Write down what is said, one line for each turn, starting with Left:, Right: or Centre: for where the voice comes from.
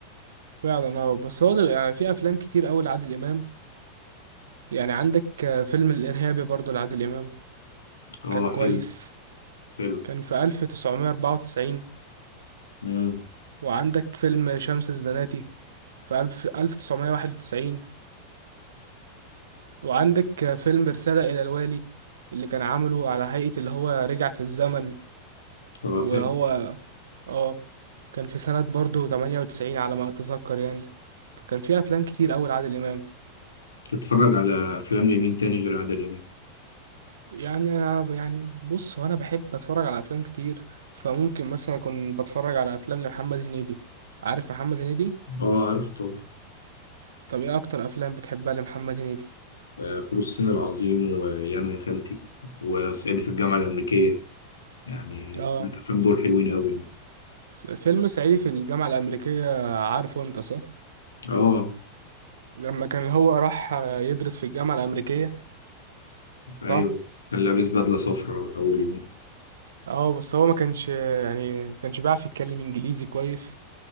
Right: فعلا اه بس هو دل... يعني في أفلام كتير أوي لعادل إمام يعني عندك آه، فيلم الإرهابي برضه لعادل إمام
Left: اه
Right: كان كويس
Left: حلو حلو
Right: كان في 1994
Left: مم.
Right: وعندك فيلم شمس الزناتي في ألف 1991 وعندك فيلم رسالة إلى الوالي اللي كان عامله على هيئة اللي هو رجع في الزمن
Left: اه
Right: وهو
Left: حلو
Right: اه كان في سنة برضه 98 على ما أتذكر يعني فكان في أفلام كتير أوي لعادل إمام
Left: تتفرج على أفلام لمين تاني غير عادل إمام؟
Right: يعني أنا يعني بص هو أنا بحب أتفرج على أفلام كتير فممكن مثلا أكون بتفرج على أفلام لمحمد هنيدي عارف محمد هنيدي؟
Left: آه عارف طبعا
Right: طب إيه أكتر أفلام بتحبها لمحمد هنيدي؟
Left: آه، فول الصين العظيم ويانا يا خالتي وصعيدي في الجامعة الأمريكية يعني
Right: اه
Left: الأفلام دول حلوين أوي
Right: س- فيلم صعيدي في الجامعة الأمريكية عارفه أنت صح؟
Left: آه
Right: لما كان هو راح يدرس في الجامعة الأمريكية
Left: أيوه
Right: صح؟
Left: كان لابس بدلة صفراء أول يوم
Right: اه بس هو ما كانش يعني ما كانش بيعرف يتكلم إنجليزي كويس